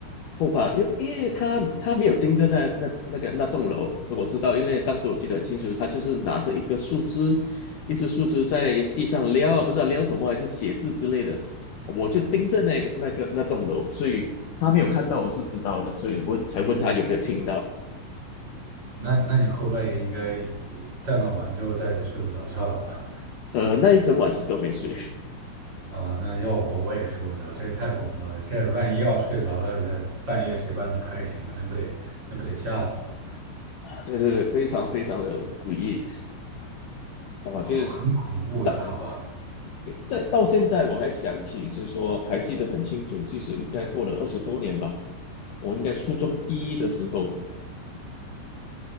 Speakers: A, on the left (about 80°); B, on the right (about 20°).
A: 后怕，因为因为他他没有盯着那那那个那栋楼，我知道，因为当时我记得很清楚，他就是拿着一个树枝，一只树枝在地上撩啊，不知道撩什么，还是写字之类的，我就盯着那个那个那栋楼，所以他没有看到，我是知道的，所以我才问他有没有听到。
B: 那那你后半夜应该呃站岗完之后再睡不着觉了吧？
A: 呃，那一整晚其实我没睡
B: 啊，那要我我也睡不着，这也太恐怖了。这万一要睡着了，这半夜谁把你拍醒了，那不得那不得吓死了，
A: 啊，<laughs> 对对对，非常非常的诡异啊，
B: 好很恐怖的，
A: 就是到
B: 好吧？
A: 对到现在我还想起，就是说还记得很清楚，其实应该过了二十多年吧。我应该初中一的时候，